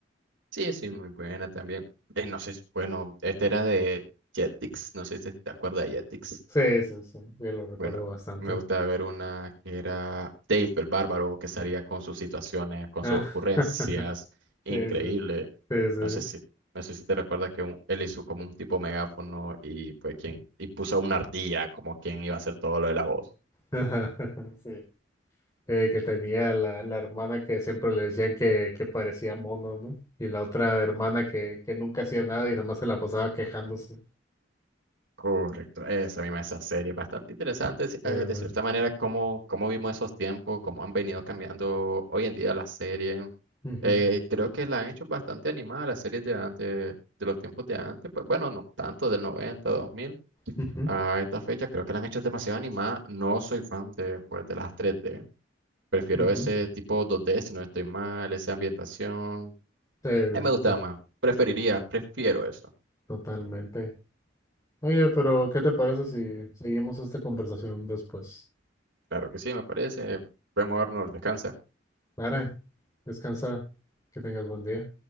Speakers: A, on the right; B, on the left.
A: Sí, sí, muy buena también. Eh, no sé, bueno, esta era de Jetix, no sé si te acuerdas de Jetix.
B: Sí, sí, sí, sí, lo recuerdo
A: Bueno,
B: bastante.
A: me gustaba ver una que era Dave el Bárbaro, que salía con sus situaciones, con
B: Ah,
A: sus ocurrencias,
B: <laughs>
A: increíble.
B: sí, sí, sí, sí.
A: No sé si, no sé si te recuerdas que un- él hizo como un tipo megáfono y pues quien, y puso a una ardilla como quien iba a hacer todo lo de la voz.
B: <laughs> Sí. Eh, que tenía la, la hermana que siempre le decían que, que parecía mono, ¿no? Y la otra hermana que, que nunca hacía nada y nada más se la pasaba quejándose.
A: Correcto, esa misma, esa serie, bastante interesante sí,
B: Sí,
A: eh, de
B: sí.
A: cierta manera cómo, cómo vimos esos tiempos, cómo han venido cambiando hoy en día las series.
B: Ujú,
A: Eh, creo que la han hecho bastante animada las series de antes, de los tiempos de antes, pues bueno, no tanto del 90, 2000
B: ujú,
A: a esta fecha, creo que la han hecho demasiado animada. No soy fan de, pues, de las 3D, prefiero
B: ujú.
A: ese tipo 2D si no estoy mal, esa ambientación.
B: Sí, sí,
A: A mí me gustaba
B: to-
A: más, preferiría, prefiero eso.
B: totalmente. Oye, pero ¿qué te parece si seguimos esta conversación después?
A: Claro que sí, me parece. Podemos darnos, descansa.
B: Clara, descansa, que tengas buen día.